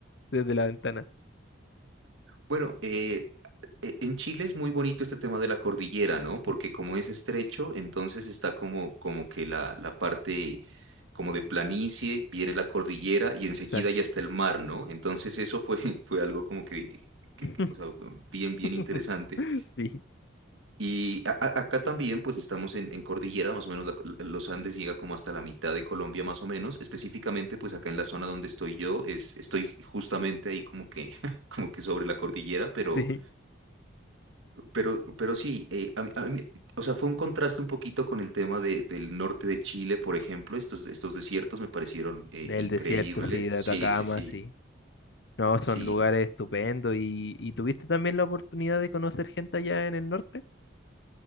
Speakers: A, on the left; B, on the right.
A: desde la ventana,
B: Bueno, eh, e- en Chile es muy bonito este tema de la cordillera, ¿no? Porque como es estrecho, entonces está como, como que la, la parte como de planicie, viene la cordillera y enseguida
A: exacto.
B: ya está el mar, ¿no? Entonces eso fue, <laughs> fue algo como que, que-
A: <laughs>
B: que, o sea, bien, bien
A: <laughs>
B: interesante.
A: Sí,
B: Y a- a- acá también, pues estamos en, en cordillera, más o menos la los Andes llega como hasta la mitad de Colombia, más o menos. Específicamente, pues acá en la zona donde estoy yo, es, estoy justamente ahí como que, <laughs> como que sobre la cordillera, pero,
A: sí.
B: pero, pero sí, eh, a mí- a mí- o sea, fue un contraste un poquito con el tema de- del norte de Chile, por ejemplo. Estos, estos desiertos me parecieron eh,
A: El
B: increíbles.
A: desierto, sí, de
B: Sí,
A: Atacama,
B: sí, sí,
A: sí. No, son
B: sí.
A: lugares estupendos. ¿Y, y tuviste también la oportunidad de conocer gente allá en el norte?